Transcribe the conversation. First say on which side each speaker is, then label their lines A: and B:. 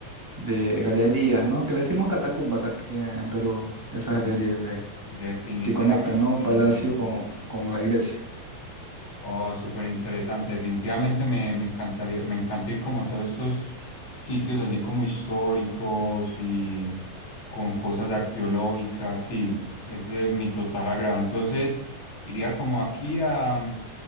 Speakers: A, in the centre; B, on the left.
A: de galerías, ¿no? Que le decimos catacumbas aquí en Perú, esas
B: Mm,
A: galerías de,
B: Definitivamente
A: que conectan, ¿no?
B: me
A: Palacio
B: interesa.
A: con, con la iglesia.
B: Oh, súper interesante. Definitivamente me, me encantaría, me encanta ir como a todos esos sitios así como históricos y con cosas arqueológicas. Sí, es de mi total agrado. Entonces, iría como aquí a, a